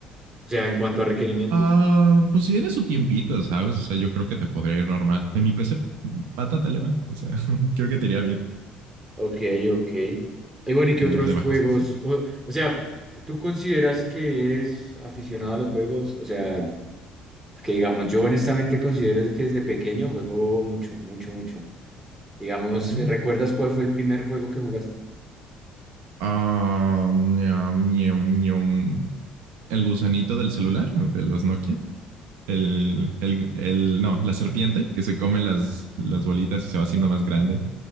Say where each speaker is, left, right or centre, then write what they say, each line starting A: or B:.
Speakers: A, on the right (about 15°); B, on the right (about 80°).
A: sea, en cuanto a requerimientos.
B: Ah, pues si tienes su tiempito, ¿sabes? O sea, yo creo que te podría ir normal. En mi PC, pata te le va. O sea, <laughs> creo que te iría bien.
A: Ok, ok. Y bueno, ¿y
B: Nada
A: qué otros
B: más le bajas
A: juegos?
B: cositas.
A: O, o sea, ¿tú consideras que eres aficionado a los juegos? O sea, que digamos, yo honestamente considero que desde pequeño juego mucho, mucho, mucho. Digamos,
B: Uh.
A: ¿recuerdas cuál fue el primer juego que jugaste?
B: Ah, ñam, ñam, ñam. El gusanito del celular, de los Nokia. El, el, el, no, la serpiente que se come las, las bolitas y se va haciendo más grande.